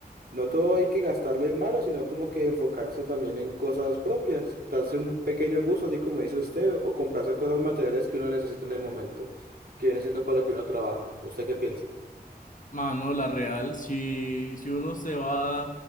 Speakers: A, on the right (about 70°); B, on the left (about 50°).
A: No todo hay que gastarlo en malo, sino como que enfocarse también en cosas propias, darse un pequeño gusto, así como dice usted, o comprarse cosas materiales que uno necesita en el momento, que viene siendo para lo que uno trabaja. ¿Usted qué piensa?
B: Mano, la real, si, si uno se va